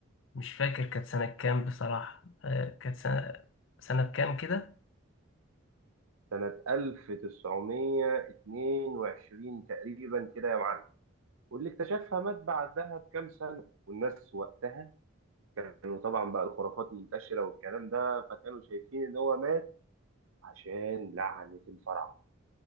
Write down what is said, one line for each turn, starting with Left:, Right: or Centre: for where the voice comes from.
Left: مش فاكر كانت سنة كام بصراحة آه، كانت سنة سنة كام كده
Right: سنة 1922 تقريبا كده يا معلم واللي اكتشفها مات بعدها بكام سنة والناس وقتها كانوا طبعا بقى الخرافات منتشرة والكلام ده فكانوا شايفين إن هو مات عشان لعنة الفراعنة